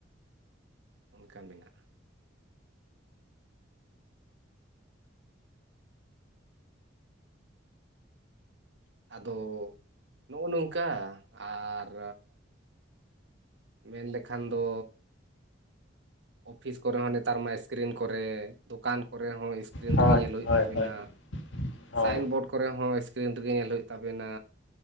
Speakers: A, on the right; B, on the left.
A: ᱚᱱᱠᱟ ᱢᱮᱱᱟᱜ-ᱟ ᱟᱫᱚ ᱱᱚᱜ-ᱚ ᱱᱚᱝᱠᱟ ᱟᱨ ᱢᱮᱱ ᱞᱮᱠᱷᱟᱱ ᱫᱚ ᱚᱯᱷᱤᱥ ᱠᱚᱨᱮ ᱦᱚᱸ ᱱᱮᱛᱟᱨ ᱢᱟ ᱥᱠᱨᱤᱱ ᱠᱚᱨᱮ, ᱫᱚᱠᱟᱱ ᱠᱚᱨᱮ ᱦᱚᱸ ᱠᱥᱨᱤᱱ
B: ᱠᱚᱨᱮ ᱦᱳᱭ
A: ᱨᱮᱜᱮ ᱧᱮᱞ ᱦᱳᱭᱳᱜ
B: ᱦᱳᱭ
A: ᱛᱟ ᱵᱮᱱᱟ᱾
B: ᱦᱳᱭ ᱦᱳᱭ
A: ᱥᱟᱭᱮᱱ ᱵᱳᱨᱰ ᱠᱚᱨᱮ ᱦᱚᱸ ᱥᱠᱨᱤᱱ ᱨᱮᱜᱮ ᱧᱮᱞ ᱦᱳᱭᱳᱜ ᱛᱟ ᱵᱮᱱᱟ᱾